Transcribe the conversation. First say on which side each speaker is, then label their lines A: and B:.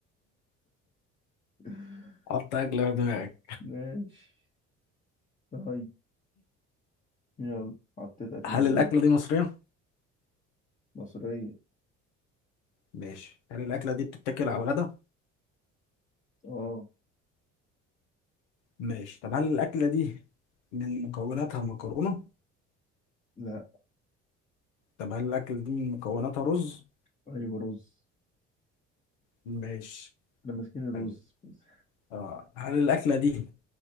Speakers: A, on the left; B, on the left.
A: <laughs>
B: حط أكلة في دماغك
A: ماشي طيب يلا حطيت أكل
B: هل
A: في دماغي
B: الأكلة دي مصرية؟
A: مصرية
B: ماشي هل الأكلة دي بتتاكل على الغدا؟
A: اه
B: ماشي طب هل الأكلة دي من مكوناتها مكرونة؟
A: لا
B: طب هل الأكلة دي من مكوناتها رز؟
A: ايوه رز
B: ماشي
A: احنا ماسكين الرز
B: حلو
A: بس
B: آه. هل الأكلة دي